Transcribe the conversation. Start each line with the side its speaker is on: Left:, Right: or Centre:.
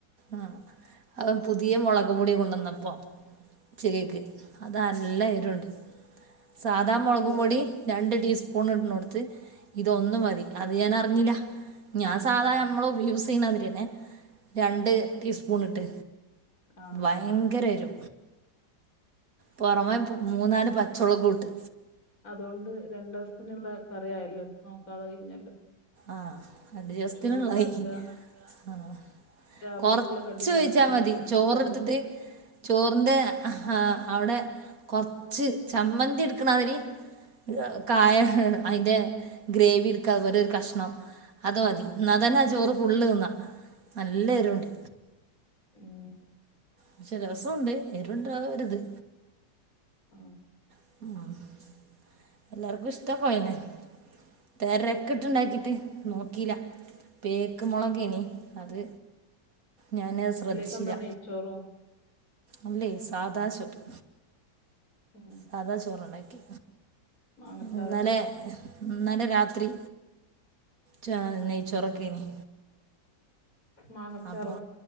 Right: ആഹ് അത് പുതിയ മുളക് പൊടി കൊണ്ടന്നപ്പോ ച്ചക്കേക്ക്
Left: ഉം,
Right: അതല്ല എരുണ്ട് സാധാ മുളകു
Left: നല്ലതാണ്
Right: പൊടി രണ്ട് ടീസ്പൂൺ ഇട്ണോട്ത്ത് ഇതൊന്ന് മതി അത് ഞാനറിഞ്ഞില്ല ഞാൻ സാധാ നമ്മള് ഉ യൂസെയ്യ്ണ്ടാതിരിയന്നെ ര
Left: ഉം.
Right: ണ്ട് ടീസ്പൂണ്‌ട്ട്
Left: ആ
Right: ഭയങ്കര
Left: ആ
Right: എരു. പൊറമേ പു മൂന്നാല് പച്ചൊളകുട്ട്.
Left: അതോണ്ട് രണ്ടൂസ്ത്തിനുള്ള കറിയായല്ലോ നോക്കാതെ കഴിഞ്ഞല്ലോ.
Right: ആഹ് രണ്ട് ദിവസ്ത്തിനുള്ളായി
Left: ചോറുണ്ടാക്കുക
Right: ആഹ്.
Left: രാവിലേക്കുള്ള
Right: കൊറച്ച്
Left: കടി ഉണ്ടാക്കുക
Right: ഒഴിച്ചാ മതി
Left: അങ്ങനെ
Right: ചോറെട്ത്തിട്ട്.
Left: ചെയ്താൽ മതിയല്ലോ
Right: ചോറിന്റെ ആഹ അവിടെ കൊർച്ച് ചമ്മന്തിട്ക്ക്ണമാതിരി. ഇഹ് കായ
Left: ഉം
Right: അതിന്റെ ഗ്രേവി ഇട്ക്കാ അതുപോലൊരു കഷ് ണം അതുമതി ഇന്നാ തന്നെ ആ ചോറ് ഫുള്ള് ത്ന്നാ നല്ലെരുവുണ്ട്.
Left: ഉം.
Right: പക്ഷെ രസുണ്ട് എരുണ്ട ഒര്ത്.
Left: മ്
Right: ആഹ്. എല്ലാർക്കും ഇഷ്ട്ടം പോയിനെ തെരക്ക്ട്ട് ഇണ്ടാക്കിട്ട് നോ ക്കീല പേക്ക് മൊളകേനി അത് ഞാന് ശ്രദ്ധിച്ചില
Left: ഇതിലേക്ക് എന്താ നെയ്ച്ചോറോ
Right: അല്ലേ സാദാ ചോറ്
Left: ഉം.
Right: സാദാ ചോറുണ്ടാക്കി
Left: മാങ്ങച്ചാറോ
Right: ഇന്നലെ. ഇന്നലെ രാത്രി ചോ നെയ്ച്ചോറെക്കേനി.
Left: മാങ്ങച്ചാറോ
Right: അപ്പൊ